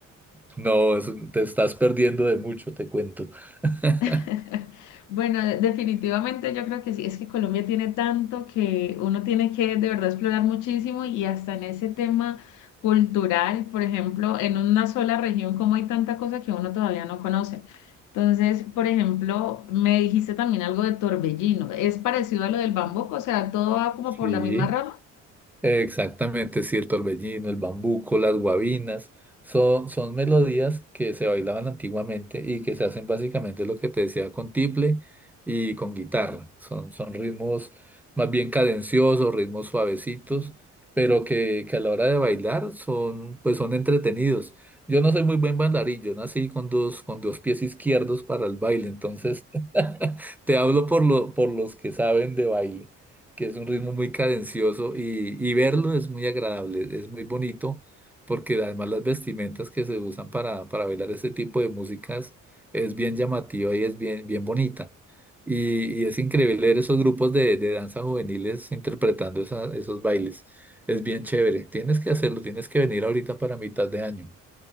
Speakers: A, in the centre; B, on the left (about 80°).
A: No, es- te estás perdiendo de mucho, te cuento. <laughs>
B: <laughs> Bueno, definitivamente yo creo que sí, es que Colombia tiene tanto que uno tiene que de verdad explorar muchísimo y hasta en ese tema cultural, por ejemplo, en una sola región, como hay tanta cosa que uno todavía no conoce. Entonces, por ejemplo, me dijiste también algo de Torbellino, ¿es parecido a lo del Bambuco? O sea, todo va como
A: Sí.
B: por la misma rama.
A: Exactamente, sí, el torbellino, el bambuco, las guabinas, son, son melodías que se bailaban antiguamente y que se hacen básicamente lo que te decía con tiple y con guitarra. Son, son ritmos más bien cadenciosos, ritmos suavecitos, pero que, que a la hora de bailar son, pues son entretenidos. Yo no soy muy buen bailarín, yo nací con dos, con dos pies izquierdos para el baile, entonces <laughs> te hablo por lo, por los que saben de baile que es un ritmo muy cadencioso y, y verlo es muy agradable, es muy bonito, porque además las vestimentas que se usan para, para bailar este tipo de músicas es bien llamativa y es bien, bien bonita. Y, y es increíble ver esos grupos de, de danza juveniles interpretando esa- esos bailes. Es bien chévere. Tienes que hacerlo, tienes que venir ahorita para mitad de año.